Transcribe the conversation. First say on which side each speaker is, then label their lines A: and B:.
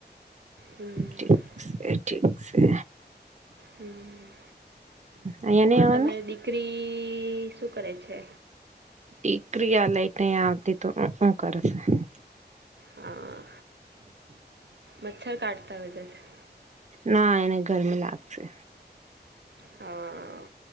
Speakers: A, on the right (about 80°); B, on the right (about 40°).
A: હમ
B: ઠીક છે ઠીક છે
A: હમ
B: અહીંયા નહી
A: ઓર
B: આવવાનું
A: તમારી દીકરી શું કરે છે
B: ીકરીિયા લઈટ અહીયા આવતી તો શું કર છે <unintelligible>
A: હા મચ્છર કાઢતા વગે છે
B: ના એને ગરમ લાગશે
A: હા